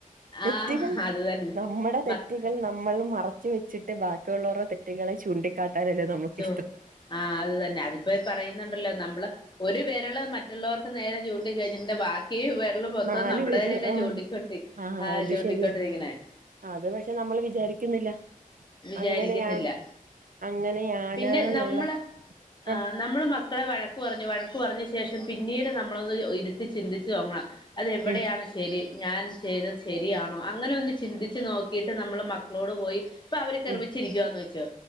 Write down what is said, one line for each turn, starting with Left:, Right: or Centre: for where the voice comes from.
Right: തെറ്റികൾ
Left: ആഹ് അത് തന്നെ
Right: നമ്മടെ തെറ്റ്
Left: മക്ക
Right: റ്റികൾ നമ്മളും മറച്ച് വെച്ചിട്ട് ബാക്കിയുള്ളോറെ തെറ്റികളെ ചൂണ്ടിക്കാട്ടാനല്ലേ- നമുക്കിഷ്ടം
Left: ചോ ആ അത് തന്നെ അതിപ്പൊ ഈ പറയുന്നുണ്ടല്ലോ നമ്മള് ഒരു വെരള് മ റ്റൊള്ളോർക്ക് നേരെ ചൂണ്ടി കയിഞ്ഞിട്ട്ണ്ടെങ്കിൽ‌ ബാ ക്കീ വെരള് മൊത്തം
Right: നാല്
Left: നമ്മടെ
Right: പേര്
Left: നേരെ അല്ലേ
Right: ആഹ്
Left: ചൂണ്ടിക്കൊണ്ടി
Right: ആഹ്
Left: ആ
Right: അത്
Left: ചൂണ്ടിക്കൊണ്ടിരിക്ക്ണെ.
Right: ശരിയാ അത് പക്ഷെ നമ്മള് വിചാരിക്കുന്നില്ല.
Left: വിചാരിക്കുന്നില്ല.
Right: അങ്ങനെയാണ് അങ്ങനെയാണ്ന്നുള്ള
Left: പിന്നെ നമ്മള് ആ
Right: ആഹ്
Left: നമ്മള് മക്കളെ വഴക്ക് പറഞ്ഞ് വഴക്കു പറഞ്ഞ് ശേഷം പിന്നീട് നമ്മളൊന്ന് ഒ ഇരുത്തി ചിന്തിച്ച് നോക്കണം അതെവിടെയാണ്
Right: ഉം
Left: ശെരി ഞാൻ ചെയ്തത് ശ ശെരിയാണോ അങ്ങനെ ഒന്ന് ചിന്തിച്ച് നോക്കീട്ട് നമ്മള് മക്കളോട് പോയി- പ്പ അവര് കെറുവിച്ചിരിക്കുവാന്ന്
Right: ഉം
Left: വെച്ചോ